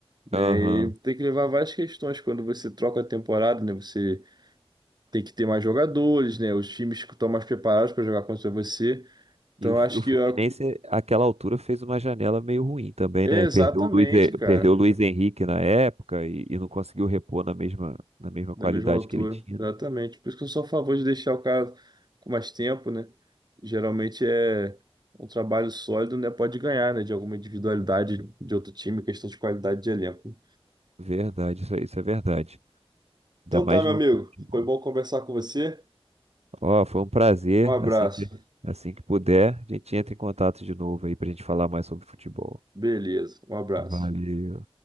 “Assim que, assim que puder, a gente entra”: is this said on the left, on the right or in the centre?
Right